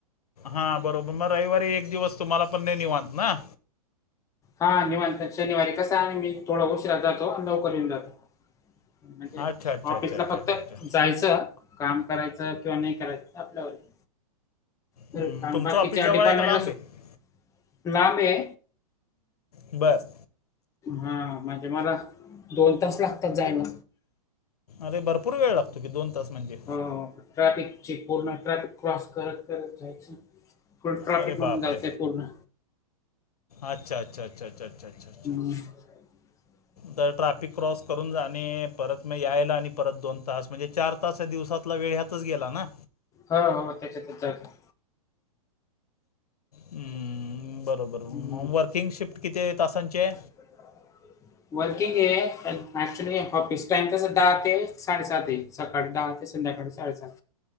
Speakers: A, on the left; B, on the left.
A: हा बरोबर म रविवारी एक दिवस तुम्हाला पण नाय निवांत ना.
B: हा निवांत शनिवारी कसा आ मी थोडा उशीरा जातो आणि लवकर येऊन जातो. म्हणजे
A: अच्छा अच्छा
B: ऑफिसला
A: अच्छा अच्छा
B: फक्त
A: अच्छा अच्छा
B: जायचं काम करायचं किंवा नाही करायचं ते आपल्यावरती. <unintelligible>
A: हम्म, तुमचं
B: बाकीच्या
A: ऑफिस जवळ
B: डिपार्टमेंटला
A: आहे का लांब
B: सूट
A: आहे
B: लाब आहे.
A: बरं.
B: हा म्हणजे मला दोन तास लागतात जायला.
A: अरे भरपूर वेळ लागतो दोन तास म्हणजे.
B: हो ट्रॅफिक ची पूर्ण ट्रॅफिक क्रॉस करत-करत जायची. फुल ट्रॅफिक
A: अरे
B: मधून
A: बापरे
B: जायचंय पूर्ण.
A: अच्छा अच्छा अच्छा अच्छा अच्छा अच्छा अच्छा.
B: म
A: तर ट्रॅफिक क्रॉस करून जाणे परत म यायला आणि परत दोन तास म्हणजे चार तास ह्या दिवसातला वेळ ह्यातच गेला ना.
B: हो हो त्याचातच जाते.
A: हम्म बरोबर
B: हम्म.
A: मग वर्किंग शिफ्ट आहे किती तासांचे?
B: <inaudible> वर्किंग आहे ऍक्च्युली ऑफिस टाइम तसं दहा ते साडेसात आहे. सकाळी दहा ते संध्याकाळी साडेसात.